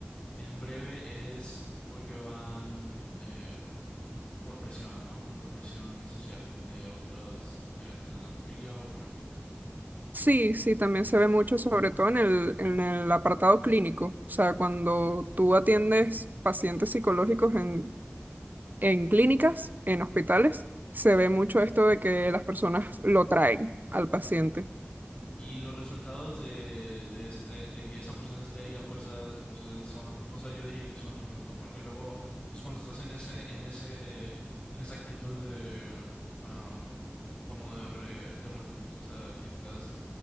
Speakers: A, on the left (about 35°); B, on the right (about 50°).
A: en breve es porque van eh, por presión, ¿no? Por presión social de otros integrantes de la familia o por amigos.
B: Sí, sí, también se ve mucho, sobre todo en el, en el apartado clínico. O sea, cuando tú atiendes pacientes psicológicos en, en clínicas, en hospitales, se ve mucho esto de que las personas lo traen al paciente.
A: Y los resultados de, de, este, de que esa persona esté ahí a fuerzas, pues eh, son, o sea, yo diría que son nulos, ¿no? Porque luego, pues cuando estás en ese, en ese, en esa actitud de, am, como de, re- de repul- o sea, que estás